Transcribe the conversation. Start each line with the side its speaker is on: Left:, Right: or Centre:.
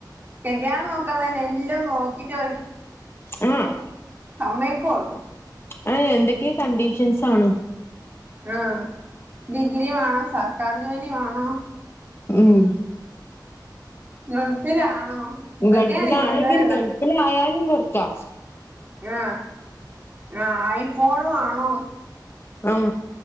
Right: കല്ല്യാണം നോക്കാൻ തെന്നെ എല്ലൊയും നോക്കിട്ട് ഓര്
Left: ആഹ്
Right: സമ്മെയ്ക്കൊള്ളു
Left: അയ് എന്തൊക്കെ കണ്ടീഷെൻസാണ്
Right: ആ ഡിഗ്രി വാണം സർക്കാർ ജോലി വാണോ
Left: ഉം
Right: ഗൾഫിലാണോ എന്തൊക്കെ
Left: ഗൾഫിലാണെങ്കിൽ
Right: നിബന്ധന
Left: ഗൾഫിലായാലും പൊർക്കാ
Right: ആ ആ ഐഫോണ് വാണോ
Left: ഉം